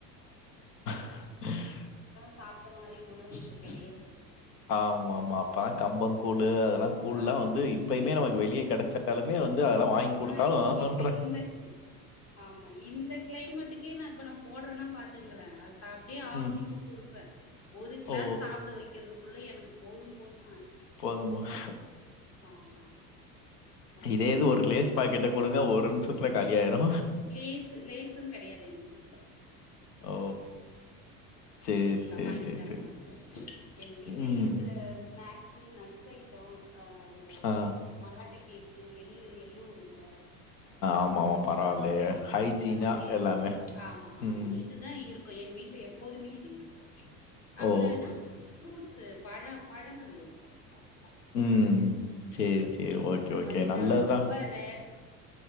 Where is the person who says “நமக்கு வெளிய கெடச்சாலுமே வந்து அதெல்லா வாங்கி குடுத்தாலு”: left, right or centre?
Left